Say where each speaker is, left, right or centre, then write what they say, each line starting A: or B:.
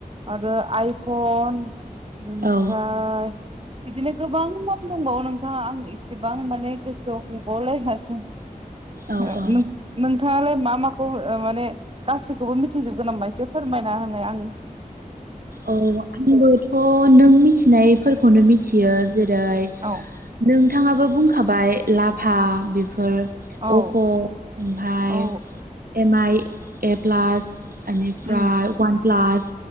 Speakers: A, on the right; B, on the right.
A: आरो आइफन। ओमफ्राय
B: औ
A: बिदिनो गोबां नाम दंबावो नोंथाङा आं इसेबां माने गोसोआव गैबावलायला <inaudible> नों
B: औ औ
A: नों नोंथाङालाय मा माखौ माने गासिखौबो मिथिजोबगोन नामा एसे फोरमायना होनाय आंनो
B: औ आंबोथ' नों मिथिनायफोरखौनो मिथियो जेरै
A: औ
B: नोंथाङाबो बुंखाबाय लाभा बेफोर
A: औ
B: अप' ओमफ्राय
A: औ
B: एम आइ ए प्लास बेनिफ्राय
A: उम
B: वान फ्लास